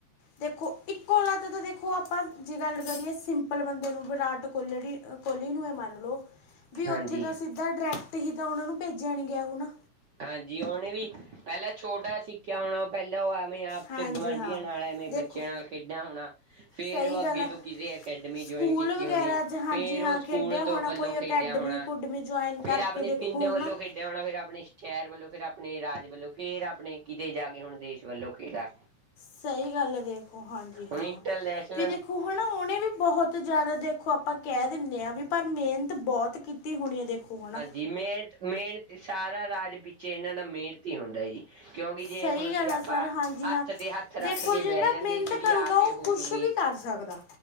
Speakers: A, on the left; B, on the right.
A: ਦੇਖੋ, ਇੱਕੋ ਲਤ ਤਾਂ ਦੇਖੋ ਆਪਾਂ ਜੇ ਗੱਲ ਕਰੀਏ ਸਿੰ ਲ ਬੰਦੇ ਨੂੰ ਵਿਰਾਟ ਕੋਹਲੜੀ ਕੋਹਲੀ ਨੂੰ ਈ ਮੰਨ ਲਓ ਵੀ,
B: ਹਾਂਜੀ
A: ਉੱਥੇ ਤਾਂ ਅਸੀ ਤਾਂ ਡਾਇਰੈਕਟ ਹੀ ਤਾਂ ਓਨਾਂ ਨੂੰ ਭੇਜਿਆ ਨੀ ਗਿਆ ਹਣਾ
B: ਹਾਂਜੀ, ਓਨੇ ਵੀ ਪੈਲਾਂ ਛੋਟਾ ਸਿੱਖਿਆ ਹੋਣਾ, ਪੈਲਾਂ ਓ ਆ ਅਪਨੇ ਆਪ
A: ਹਾਂਜੀ
B: ਗਵਾਂਢੀਆ
A: ਹਾਂ
B: ਨਾਲ ਐਵੇਂ
A: ਦੇਖੋ
B: ਬੱਚਿਆਂ ਨਾਲ ਖੇਡੇਆਂ ਹੋਣਾ, ਫੇਰ
A: ਸਹੀ
B: ਓ ਅੱਗੇ
A: ਗੱਲ ਆ।
B: ਤੋ ਕਿਸੇ ਅਕੈਡਮੀ
A: ਸਕੂਲ
B: ਜੁਆਇਨ ਕੀਤੀ
A: ਵਗੈਰਾ
B: ਹੋਣੀ
A: 'ਚ ਹਾਂਜੀ
B: ਫੇਰ,
A: ਹਾਂ
B: ਓ ਸਕੂਲ
A: ਖੇਡਿਆ ਹੋਣਾ
B: ਤੋਂ ਵੱਲੋਂ
A: ਕੋਈ
B: ਖੇਡਿਆ
A: ਅਕੈਡਮੀ
B: ਹੋਣਾ-
A: ਕੁਡਮੀ ਜੁਆਇਨ ਕਰਕੇ
B: ਫੇਰ ਆਪਣੇ
A: ਦੇਖੋ
B: ਪਿੰਡ
A: ਹਨਾ
B: ਵੱਲੋਂ ਖੇਡਿਆ ਹੋਣਾ, ਫਿਰ ਆਪਣੇ ਸ਼ੈਰ ਵੱਲੋਂ ਫੇਰ ਆਪਣੇ ਰਾਜ ਵੱਲੋ, ਫੇਰ ਆਪਣੇ ਕਿੱਤੇ ਜਾ ਕੇ ਹੁਣ ਦੇਸ਼ ਵੱਲੋਂ ਖੇਡਿਆ।
A: ਸਈ ਗੱਲ ਆਐ ਦੇਖੋ, ਹਾਂਜੀ।
B: ਹੁਣ
A: ਹਾਂ
B: ਇੰਟਰਲਨੈਸ਼ਨਲ।
A: ਵੀ ਦੇਖੋ ਹਨਾ, ਓਹਨੇ ਵੀ ਬੋਤ ਜਾਦਾ ਦੇਖੋ ਆਪਾਂ ਕੈ ਦਿੰਨੇ ਆਂ ਵੀ ਪਰ ਮੇਨਤ ਬਹੋਤ ਕੀਤੀ। ਤੀ ਹੋਣੀ ਦੇਖੋ, ਹਨਾ।
B: ਜੀ ਮੇਨਤ ਮੇਨਤ ਸਾਰਾ ਰਾਜ ਪਿੱਛੇ, ਏਨਾਂ ਦਾ ਮੇਨਤ। ਹੁੰਦਾ ਜੀ, ਕਿਉਂਕਿ ਜੇ
A: ਸਹੀ
B: ਹੁਣ
A: ਗੱਲ
B: ਜੀ ਆਪਾਂ
A: ਆ ਸਰ ਹਾਂਜੀ
B: ਹੱਥ
A: ਹਾਂ
B: ਤੇ ਹੱਥ ਰੱਖ
A: ਦੇਖੋ
B: ਕੇ
A: ਜਿਹੜਾ
B: ਬੈ ਜਾਂਗੇ
A: ਮਿਹਨਤ
B: ਜੀ। ਵੀ
A: ਕਰੂਗਾ
B: ਆਪ
A: ਉਹ
B: ਹੀ ਹੋਜੂਗੀ
A: ਕੁਝ ਵੀ ਕਰ ਸਕਦਾ